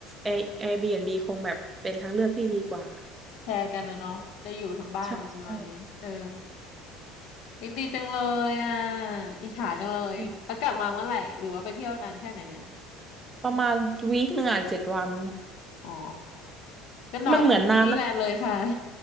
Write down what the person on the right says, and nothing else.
Air- Airbnb คงแบบเป็นทางเลือกที่ดีกว่า
ใช่ใช่
อืมประมาณวีคหนึ่งอ่ะเจ็ดวัน
มันเหมือนนานนะ